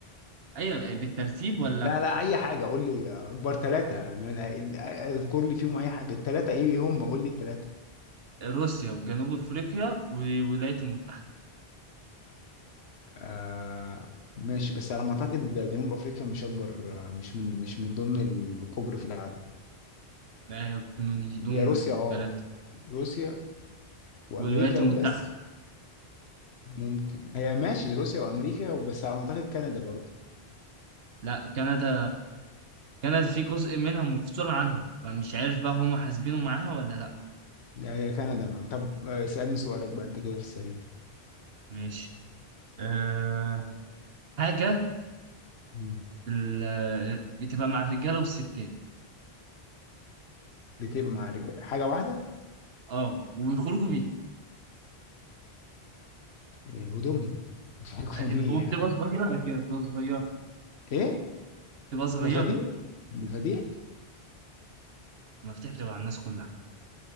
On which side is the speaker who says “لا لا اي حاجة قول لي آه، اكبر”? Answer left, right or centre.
Left